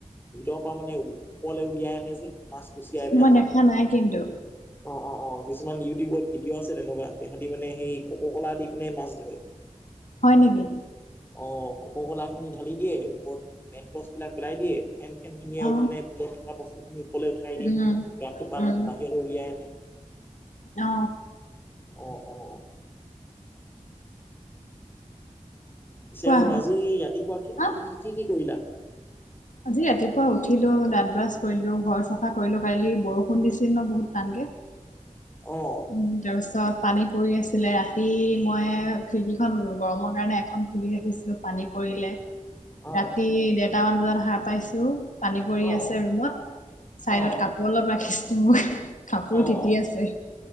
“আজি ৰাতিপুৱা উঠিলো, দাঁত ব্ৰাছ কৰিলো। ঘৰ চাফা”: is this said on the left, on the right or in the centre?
Left